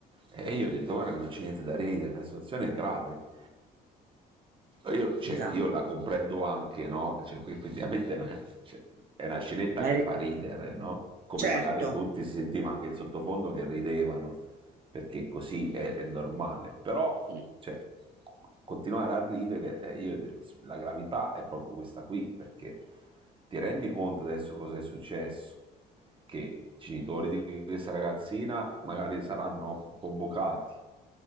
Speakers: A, on the right; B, on the right.
A: E io ho detto guarda che non c'è niente da ridere, la situazione è grave. Io, cioè,
B: Esatto,
A: io la comprendo anche, no? Cioè, qui effettivamente è una, cioè, è una scenetta
B: la
A: che
B: ri-
A: fa ridere, no? Come
B: certo,
A: magari tutti si sentiva anche in sottofondo che ridevano, perché così è, è normale. Però,
B: mm,
A: cioè, continuare a ridere, eh, io- la gravità è proprio questa qui, perché ti rendi conto adesso cosa è successo? Che i genitori di questa ragazzina magari saranno convocati